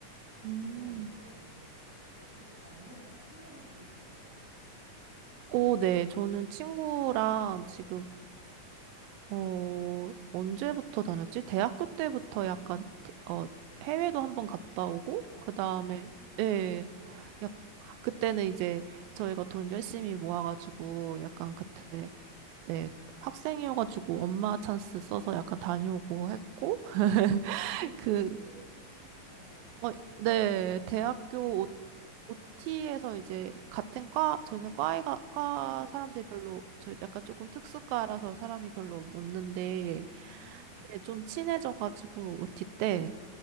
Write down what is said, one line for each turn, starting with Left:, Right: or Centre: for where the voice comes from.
Right: 음.
Centre: 도전을 못 해봤는데 어떻게 가능해요? 성향이 좀 비슷하세요?
Right: 오, 네. 저는 친구랑
Centre: 네.
Right: 지금, 어, 언제부터 다녔지? 대학교 때부터 약간, 태- 어, 해외도 한 번 갔다 오고,
Centre: 우와.
Right: 그 다음에,
Centre: <laughs>
Right: 예.
Centre: 네.
Right: 약, 그때는 이제 저희가 돈 열심히 모아가지고,
Centre: 네네.
Right: 약간 그때, 네. 학생이어가지고 엄마 찬스 써서 약간 다녀오고 했고, <laughs>
Centre: 언제 때
Right: 그
Centre: 친구예요, 근데 이분이? 대학교 때 친구예요?
Right: 어, 네, 대학교
Centre: 아,
Right: 오, OT에서 이제 같은 과, 저는 과에가, 과
Centre: 네네.
Right: 사람들이 별로, 저 약간 조금 특수과라서 사람이 별로 없- 없는데,
Centre: 음,
Right: 네, 좀 친해져가지고 OT
Centre: 네,
Right: 때,